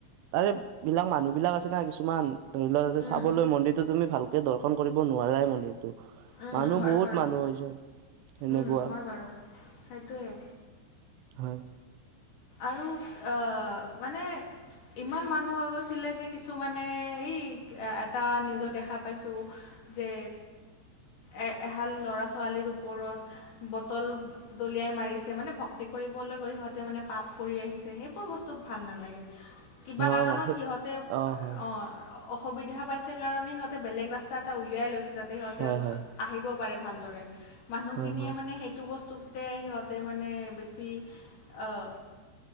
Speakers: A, on the right; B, on the left.
A: তাৰে বিলাক মানুহ বিলাক আছে না কিছুমান। ধৰি লোৱা তাতে
B: উম
A: চাবলৈ মন্দিৰটো তুমি ভালকে দৰ্শন কৰিব নোৱাৰাই মন্দিৰটো।
B: উম
A: মানুহ
B: হয়
A: বহুত
B: বাৰু
A: মানুহ হৈছে- সেনেকুৱা।
B: উম হয় বাৰু সেইটোৱে।
A: হয়।
B: আৰু অহ মানে। ইমান মানুহ হৈ গৈছিলে যে কিছুমানে এই এটা নিউজত দেখা পাইছোঁ। যে, এ এহাল ল'ৰা ছোৱালীৰ ওপৰত। বটল দলিয়াই মাৰিছে মানে ভক্তি কৰিবলৈ গৈ সিহঁতে মানে। পাপ কৰি আহিছে সেইবোৰ বস্তু ভাল নালাগে কিবা
A: নহয়
B: কাৰণত
A: নহয় সেই
B: সিহঁতে অ'হ।
A: অ হয়
B: অসুবিধা পাইছে কাৰণে সিহঁতে বেলেগ ৰাস্তা এটা উলিয়াই লৈছে। সিহঁতে
A: হয় হয়
B: আহিব পাৰে ভালদৰে মানুহখিনিয়ে
A: হয় হয়
B: মানে সেইটো বস্তু। তে সিহঁতে মানে বেছি অহ